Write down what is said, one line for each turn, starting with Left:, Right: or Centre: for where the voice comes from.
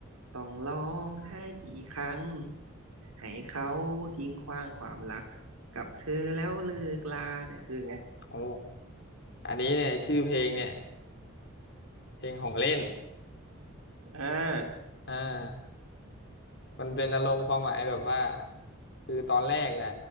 Right: ต้องร้องไห้กี่ครั้งให้เขาทิ้งขว้างความรักกับเธอแล้วเลิกลาเนี่ยคือไง
Left: โอ้อันนี้เนี่ยชื่อเพลงเนี่ยเพลงของเล่น
Right: อ่า
Left: อ่ามันเป็นอารมณ์ความหมายแบบว่าคือตอนแรกนะ